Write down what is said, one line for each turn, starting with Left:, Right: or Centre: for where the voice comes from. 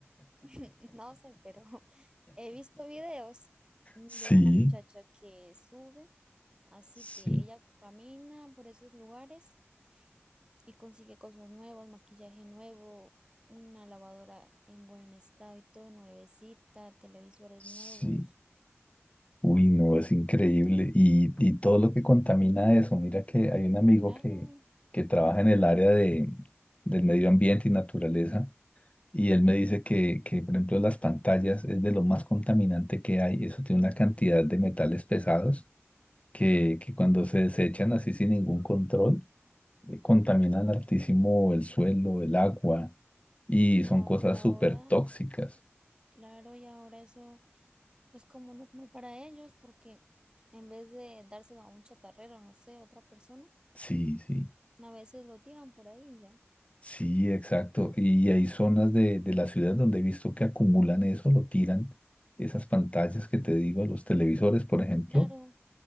Right: <laughs> No sé, pero <laughs> he visto videos de
Left: Sí,
Right: una muchacha que sube, así
Left: Sí,
Right: que ella camina por esos lugares y consigue cosas nuevas, maquillaje nuevo, una lavadora en buen estado y todo, nuevecita, televisores
Left: sí.
Right: nuevos.
Left: Uy, no, es increíble. Y, y todo lo que contamina eso. Mira que hay un amigo
Right: Claro,
Left: que, que trabaja en el área de, del medio ambiente y naturaleza. Y él me dice que, que, por ejemplo, las pantallas es de lo más contaminante que hay. Eso tiene una cantidad de metales pesados que, que cuando se desechan así sin ningún control, eh, contaminan altísimo el suelo, el agua y
Right: no,
Left: son cosas
Right: y ahora,
Left: súper tóxicas.
Right: claro, y ahora eso es como normal para ellos porque en vez de dárselo a un chatarrero, no sé, otra persona,
Left: Sí, sí.
Right: a veces lo tiran por ahí y ya.
Left: Sí, exacto. Y hay zonas de, de la ciudad donde he visto que acumulan eso, lo tiran, esas pantallas que te digo, los televisores, por ejemplo,
Right: Claro,